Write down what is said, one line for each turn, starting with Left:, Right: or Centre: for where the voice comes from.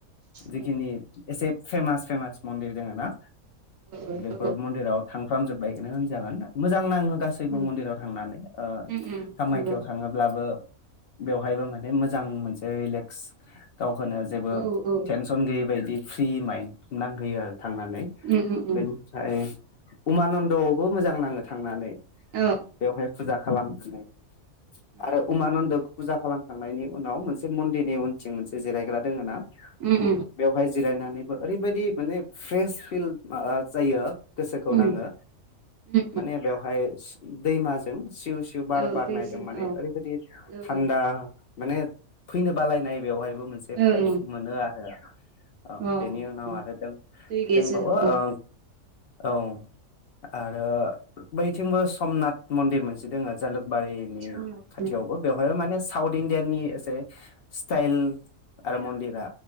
Left: जिखिनि
Right: औ
Left: एसे फेमास फेमास मन्दिर दोङोना?
Right: औ
Left: बेफोर
Right: औ
Left: मन्दिराव थांफ्रामजोबायखोनो होनजागोन मोजां नाङो गासै
Right: उम
Left: बो मन्दिराव थांनानै ओ
Right: उम उम
Left: कामाख्याआव
Right: नंगौ
Left: थाङोब्लाबो बेवहायबो माने मोजां मोनसे रिलेक्स गावखो जेबो
Right: औ औ
Left: तेन सन गैयि बायदि फ्रि माइन्ड नांहोयो आरो थांनानै
Right: उम उम उम
Left: बेनिफ्राय उमानन्दआवबो मोजां नाङो थांनानै
Right: औ
Left: बेवहाय फुजा खालामनानै
Right: उम
Left: आरो उमानन्दबो फुजा खालामखांनायनि उनाव मोनसे मन्दिरनि उनथिं मोनसे जिरायग्रा दोङो ना?
Right: उम
Left: बेवहाय जिरायनानैबो ओरैबायदि माने फ्रेस फिल माबा जायो।
Right: उम
Left: खौ नाङो
Right: उम उम
Left: माने बेवहाय दैमाजों सिउ सिउ बार
Right: औ
Left: बारनायदों
Right: दैजों
Left: माने
Right: औ
Left: ओरैबायदि
Right: औ
Left: थान्दा माने फैनो बालायनाय बेवहायबो मोनसे
Right: औ
Left: फाइभस मोनो आरो। औ
Right: ओं
Left: बेनि
Right: अ
Left: उनाव आरो
Right: दै गेजेराव
Left: दोबावो
Right: उम
Left: ओ औ आरो बैथिंबो समनाथ मन्दिर मोनसे दोङो जालुकबारि नि
Right: समना
Left: खाथियावबो
Right: उम
Left: बेवहायबो माने साउथ इण्डियाननि एसे स्टाइल आरो मन्दिरा।